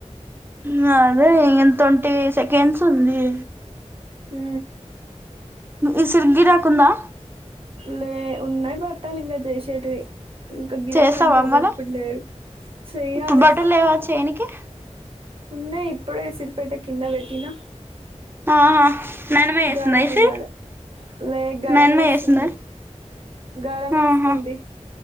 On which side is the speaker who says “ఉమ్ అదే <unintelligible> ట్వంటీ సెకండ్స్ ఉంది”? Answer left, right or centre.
Right